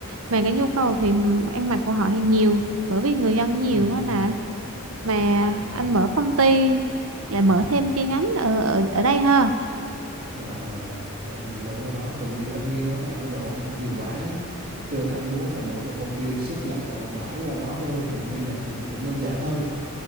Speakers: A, on the right (about 70°); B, on the right (about 40°).
A: mà cái nhu cầu thì ăn mặc của họ thì nhiều bởi vì người dân nhiều
B: ừm.
A: quá nè mà
B: À.
A: anh mở công ty lại mở thêm chi nhánh ở ở, ở đây ha
B: à à Thì anh định mở qua đó tại vì anh nghe nói là Ấn Độ nó mặc nhiều vải á cho nên anh muốn là mở một công ty xuất nhập ờ, vải qua đó thôi thì may mặc thì cũng đơn giản hơn